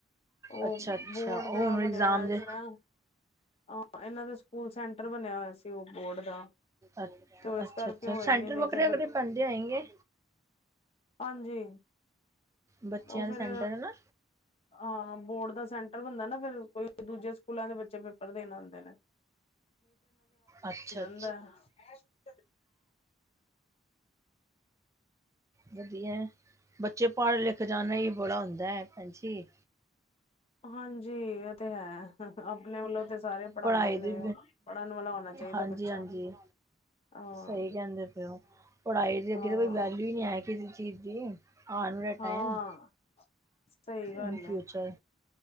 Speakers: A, on the left (about 30°); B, on the right (about 15°).
A: ਉਹ
B: ਅੱਛਾ ਅੱਛਾ।
A: ਬੋਰਡ
B: ਉਹ
A: ਦਾ
B: ਹੁਣ
A: ਬਣਿਆ
B: ਇਗਜ਼ਾਮ
A: ਹੋਇਆ
B: ਦੇ
A: ਸੀ ਨਾ। ਅਛਾ ਇਹਨਾਂ ਦੇ ਸਕੂਲ ਸੈਂਟਰ ਬਣਿਆ ਹੋਇਆ ਸੀ ਉਹ ਬੋਰਡ ਦਾ
B: ਅੱ
A: ਤੇ ਉਹ ਇਸ
B: ਅੱਛਾ
A: ਕਰਕੇ ਹੋਏ
B: ਅੱਛਾ ਸੈਂਟਰ
A: ਨੀ ਨਹੀਂ
B: ਵੱਖਰੇ
A: ਤੇ ਫਿਰ
B: ਵੱਖਰੇ ਪੈਂਦੇ ਹੋਏਗੇ।
A: ਹਾਂਜੀ
B: ਬੱਚਿਆਂ
A: ਉਹ ਫਿਰ
B: ਦੇ ਸੈਂਟਰ ਹਨਾ
A: ਹਾਂ ਬੋਰਡ ਦਾ ਸੈਂਟਰ ਬਣਦਾ ਨਾ ਫੇਰ ਕੋਈ ਦੂਜੇ ਸਕੂਲਾਂ ਦੇ ਬੱਚੇ ਪੇਪਰ ਦੇਣ ਆਉਂਦੇ ਨੇ
B: ਅੱਛਾ ਅੱਛਾ।
A: ਹਦਾ। <unintelligible> <inaudible>
B: ਵਧੀਆ ਬੱਚੇ ਪੜ ਲਿਖ ਜਾਣ ਹੀ ਬੜਾ ਹੁੰਦਾ ਹੈ ਭੈਣ ਜੀ।
A: ਹਾਂਜੀ ਇਹ ਤੇ ਹੈ ਆਪਣੇ ਵੱਲੋਂ ਤੇ ਸਾਰੇ ਪੜ੍ਹਾਉਂਦੇ
B: ਪੜ੍ਹਾਈ
A: ਹੀ
B: ਦੀ
A: ਨੇ ਪੜ੍ਹਨ ਵਾਲਾ ਹੋਣਾ ਚਾਹੀਦਾ
B: ਹਾਂਜੀ
A: ਬੱਚਾ
B: ਹਾਂਜੀ
A: ਹਾਂ
B: ਸਹੀ ਕਹਿੰਦੇ ਪਏ ਹੋ ਪੜ੍ਹਾਈ ਦੇ ਅੱਗੇ
A: ਹਾਂ
B: ਕੋਈ ਵੈਲਯੁ ਨਹੀ ਹੈ ਕਿਸੇ ਚੀਜ਼ ਦੀ ਆਂਨ ਵਾਲਾ ਟਾਈਮ
A: ਹਾਂ ਸਹੀ ਗੱਲ
B: ਇਨ ਫਿਊਚਰ‌
A: ਹੈ